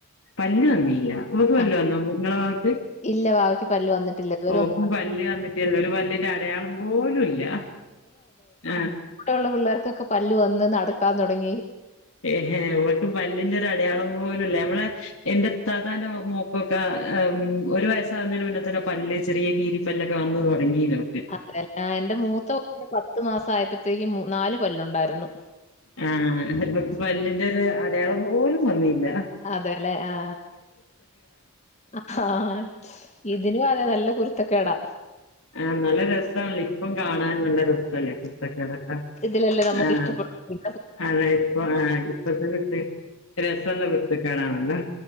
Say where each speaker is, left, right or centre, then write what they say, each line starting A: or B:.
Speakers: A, on the left; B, on the left.
A: പല്ല് വന്നില്ല. ഓക്ക് പല്ല്
B: ആ,
A: വന്നോ? ങ്ങളെ വാവക്ക്.
B: ഇല്ല വാവയ്ക്ക് പല്ല് വന്നിട്ടില്ല ഇതുവരെ
A: ഓക്കും
B: ഒന്നും
A: പ പല്ല് വന്നിട്ടില്ല ഒരു പല്ലിന്റെ അടയാളം പോലുംല്ല്യാ ആ
B: ഇപ്പോ ഉള്ള പിള്ളേർക്കൊക്കെ പല്ല് വന്ന്. നടക്കാൻ തുടങ്ങി.
A: ഏഹെ ഓൽക്ക് പല്ലിന്റെ ഒരു അടയാളം പോലുംല്ല. ഞമ്മളെ എന്റെ താതാന്റെ മോ കൊക്കെ. ഒരു വയസ്സാകുന്നതിന് മുന്നെ തന്നെ പല്ല് ചെറിയ കീരിപ്പല്ലൊക്കെ വന്ന് തൊടങ്ങീനു.
B: അതെല്ലേ. ആ എന്റെ മൂത്ത കൊ പത്തു മാസം ആയപ്പത്തേയ്ക്കും നാല് പല്ലുണ്ടായിരുന്നു.
A: ആ ഇവക്ക് പല്ലിന്റെ ഒരു അടയാളം പോലും വന്നീല്ല.
B: അതെ ലേ ആ ഇത് ഇതിനും അതെ നല്ല കുരുത്തകേടാ.
A: ആ നല്ല രസാണല്ലോ. ഇപ്പ കാണൻ നല്ല രസല്ലേ കുരുത്തക്കേടൊക്കെ.
B: ഇല്ലല്ലേ നമുക്ക്
A: ആഹ്
B: ഇഷ്ട്ട പ്പെ
A: അതെ. ഇപ്പൊ ആ ഇപ്പതന്നെണ്ട്. രസള്ളത് കുരുത്തക്കേട് ആണല്ലോ